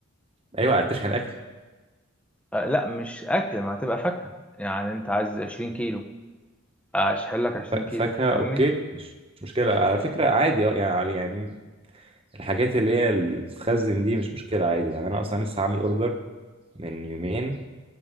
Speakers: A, on the right (about 25°); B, in the centre.
A: ايوه تشحن اكل
B: آه، لا مش اكل ما هتبقى فاكهه يعني انت عايز 20 كيلو اشحن لك 20
A: ف- فاكهه
B: كيلو فاهمني
A: اوكي مش مش مشكله على فكره عادي اه يعني يعني الحاجات اللي هي اللي بتتخزن دي مش مشكله عادي يعني انا اصلا لسه عامل اوردر من يومين